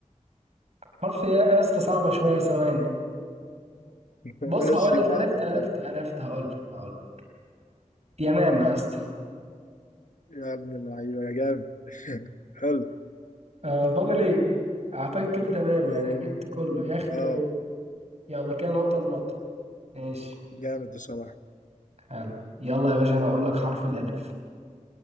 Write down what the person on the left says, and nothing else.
<laughs>
ماشي
براحتك
اتفضل
يا ابن اللعيبة يا جامد <laughs> حلو
اه
آه،
جامد بصراحة